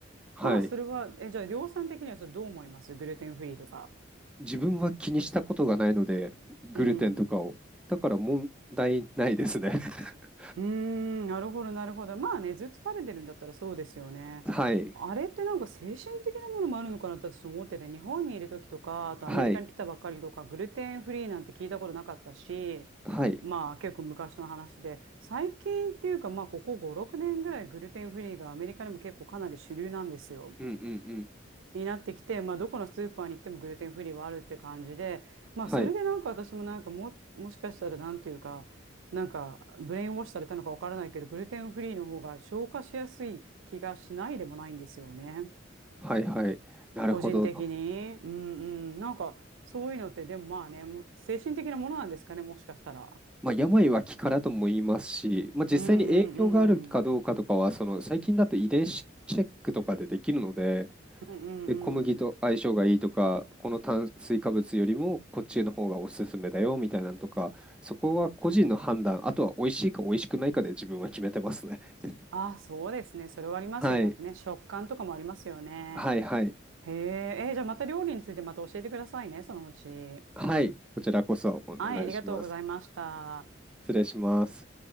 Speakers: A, in the centre; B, on the right.
A: はい。
B: まあそれは、え、じゃあ量産的にはそれどう思いますグルテンフリーとか。
A: 自分は気にしたことがないので、グルテンとかを。
B: うん。
A: だから問題ないですね。<laughs>
B: うーん、なるほど、なるほど。まあね、ずっと食べてるんだったらそうですよね。
A: はい。
B: あれってなんか精神的なものもあるのかなって私思ってて、日本にいる時とか、あとアメリカに来たばっかりとか、
A: はい。
B: グルテンフリーなんて聞いたことなかったし、
A: はい。
B: まあ結構昔の話で、最近っていうかまあここ5、6年ぐらいグルテンフリーがアメリカでも結構かなり主流なんですよ。
A: うんうんうん。
B: になってきて、まあ、どこのスーパーに行ってもグルテンフリーはあるって感じで、まあ、
A: はい。
B: それでなんか私もなんかも、もしかしたらなんていうか、なんかブレインウォッシュされたのかわからないけど、グルテンフリーの方が消化しやすい気がしないでもないんですよね。
A: はいはい。なるほど。
B: 個人的に。うんうん。なんかそういうのってでもまあね、もう精神的なものなんですかね、もしかしたら。
A: まあ、病は気からとも言いますし、まあ、実際に影響があるかどうかとかは、
B: うんうんうん。
A: その最近だと遺伝子チェックとかでできるので、
B: うんうんうん。
A: で、小麦と相性がいいとか、この炭水化物よりもこっちの方がおすすめだよみたいなのとか、そこは個人の判断、あとは美味しいか美味しくないかで自分は決めてますね。<laughs>
B: ああ、そうですね。それはありますよね。
A: はい、
B: あとね、食感とかもありますよね。
A: はい、はい、
B: へえ、えーじゃあまた料理についてまた教えてくださいね、そのうち。は
A: はい、こちらこそお願いします。
B: い、ありがとうございました。
A: 失礼します。